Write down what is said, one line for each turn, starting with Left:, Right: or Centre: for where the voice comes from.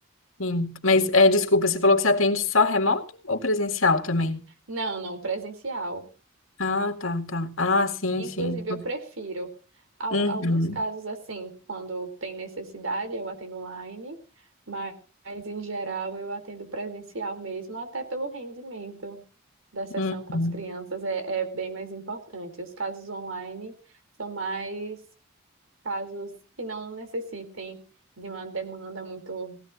Left: Sim. Mas, é, desculpa, você falou que você atende só remoto ou presencial também?
Right: Não, não, presencial.
Left: Ah, tá, tá. Ah, sim,
Right: Inclusive,
Left: sim.
Right: eu prefiro. Al-
Left: Uhum,
Right: Alguns casos, assim, quando tem necessidade, eu atendo online, mas, mas em geral eu atendo presencial mesmo, até pelo rendimento da sessão
Left: uhum,
Right: com as crianças é, é bem mais importante. Os casos online são mais casos que não necessitem de uma demanda muito